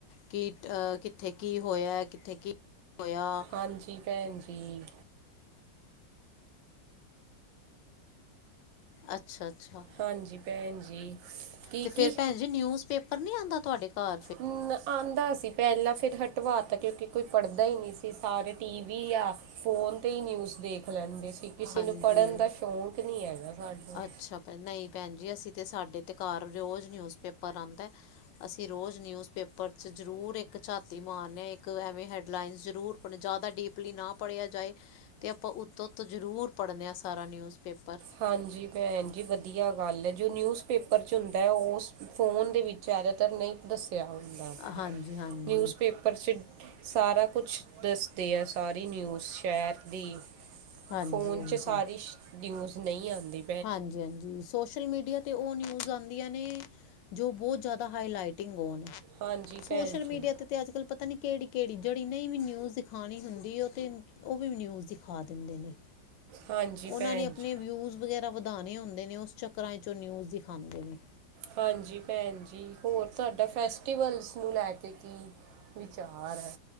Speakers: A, on the left (about 75°); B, on the right (about 80°).
A: ਕੀ ਕਿਟ-ਕਿੱਥੇ ਕੀ ਹੋਇਆ, ਕਿੱਥੇ ਕੀ ਨੀ ਹੋਇਆ।
B: ਹਾਂਜੀ, ਭੈਣ ਜੀ‌।
A: ਅੱਛਾ-ਅੱਛਾ।
B: ਹਾਂਜੀ, ਭੈਣ ਜੀ। ਕੀ
A: ਤੇ
B: ਕੀ
A: ਫੇਰ ਭੈਣ ਜੀ, ਨਿਊਜ਼ ਪੇਪਰ ਨੀ ਆਦਾ ਤੁਆਡੇ ਘਰ ਫ?
B: ਹੂੰ ਆਦਾ ਸੀ ਪਹਿਲਾਂ ਫਿਰ ਹਟਵਾ ਤਾ ਕਿਉਂਕਿ ਕੋਈ ਪੜ੍ਹਦਾ ਹੀ ਨਈ ਸੀ, ਸਾਰੇ ਟੀ ਵੀ ਯਾ ਫੋਨ ਤੇ ਹੀ ਨਿਊਜ਼ ਦੇਖ ਲੈਂਦੇ ਸੀ, ਕਿਸੇ
A: ਹਾਂਜੀ
B: ਨੂੰ ਪੜ੍ਹਨ ਦਾ ਸ਼ੌਕ ਨਹੀਂ ਹੈਗਾ ਸਾਡੇ।
A: ਅੱਛਾ ਭੈ ਨਈ ਭੈਣ ਜੀ, ਅਸੀਂ ਤੇ ਸਾਡੇ ਤੇ ਘਰ ਰੋਜ਼ ਨਿਊਜ਼ ਪੇਪਰ ਆਂਦਾ ਐ। ਅਸੀਂ ਰੋਜ ਨਿਊਜ ਪੇਪਰ ਚ ਜਰੂਰ ਇੱਕ ਝਾਤੀ ਮਾਰਨ ਆ ਇੱਕ ਐਵੇਂ ਹੈਡ ਲਾਈਨ ਜਰੂਰ ਆਪ ਜ਼ਿਆਦਾ ਡੀਪਲੀ ਨਾ ਪੜ੍ਹਿਆ ਜਾਏ ਤੇ ਆਪਾਂ ਉੱਤੋ- ਉੱਤੋ ਜ਼ਰੂਰ ਪੜ੍ਹਨੇ ਆਂ ਸਾਰਾ ਨਿਊਜ਼ ਪੇਪਰ।
B: ਹਾਂਜੀ ਭੈਣ ਜੀ ਵਧੀਆ ਗੱਲ ਏ, ਜੋ ਨਿਊਜ਼ ਪੇਪਰ 'ਚ ਹੁੰਦਾ ਓ ਉਸ ਫੋਨ ਦੇ ਵਿੱਚ ਜ਼ਿਆਦਾਤਰ ਨਈ ਦੱਸਿਆ ਹੁੰਦਾ,
A: ਹਾਂਜੀ ਹਾਂਜੀ
B: ਨਿਊਜ਼ ਪੇਪਰ ਪੇਪਰ ਚ ਸਾਰਾ ਕੁਛ ਦੱਸਦੇ ਆ, ਸਾਰੀ ਨਿਊਜ਼ ਸ਼ਹਿਰ ਦੀ
A: ਹਾਂਜੀ
B: ਫੋਨ
A: ਹਾਂਜੀ
B: 'ਚ ਸਾਰੀ ਸ਼ ਨਿਊਜ਼ ਨਈ ਆਂਦੀ।
A: ਹਾਂਜੀ ਹਾਂਜੀ। ਸੋਸ਼ਲ ਮੀਡੀਆ ਤੇ ਓ ਨਿਊਜ਼ ਆਂਦੀਆਂ ਨੇ ਜੋ ਬੋਤ ਜਿਆਦਾ ਹਾਈਲਾਈਟਿੰਗ ਹੋਣ।
B: ਹਾਂਜੀ।
A: ਸੋਸ਼ਲ-
B: ਭੈਣ
A: ਮੀਡੀਆ
B: ਜੀ
A: ਤੇ ਤੇ ਅੱਜ- ਕੱਲ੍ਹ ਪਤਾ ਨੀ ਕਿਹੜੀ- ਕਿਹੜੀ ਜਿਹੜੀ ਨਹੀਂ ਵੀ ਨਿਊਜ਼ ਦਿਖਾਉਣੀ ਹੁੰਦੀ, ਉਹ ਤੇ ਉਹ ਵੀ ਨਿਊਜ਼ ਦਿਖਾ ਦਿੰਦੇ ਨੇ,
B: ਹਾਂਜੀ
A: ਉਹਨਾਂ
B: ਭੈਣ
A: ਨੇ ਆਪਣੇ
B: ਜੀ
A: ਵਿਊ ਵਧਾਣੇ ਹੁੰਦੇ ਨੇ, ਉਸ ਚੱਕਰਾਂ ਚ ਨਿਊਜ਼ ਦਿਖਾਉਂਦੇ ਨੇ।
B: ਹਾਂਜੀ, ਭੈਣ ਜੀ ਹੋਰ ਤੁਹਾਡਾ ਫੈਸਟੀਵਲਸ ਨੂੰ ਲੈ ਕੇ ਕੀ ਵਿਚਾਰ ਐ,